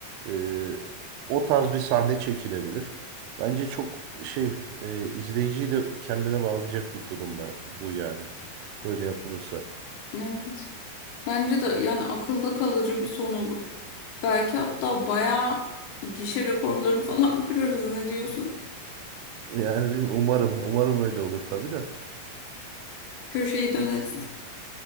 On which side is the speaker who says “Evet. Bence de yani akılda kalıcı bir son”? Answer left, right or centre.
Left